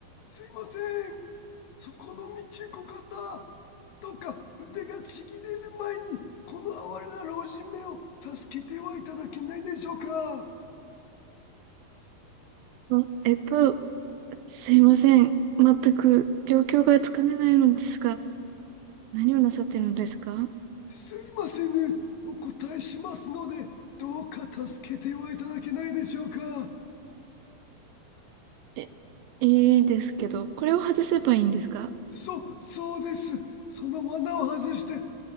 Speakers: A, on the left; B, on the right.
A: すいませんそこの道ご方どうか腕がちぎれる前にこの哀れな老人めを助けてはいただけないでしょうか
B: あ、えっと、すいません。全く状況がつかめないのですが、何をなさってるのですか
A: すいませぬお答えしますのでどうか助けてはいただけないでしょうか
B: え、いいですけど、これを外せばいいんですか
A: そそうですその罠を外して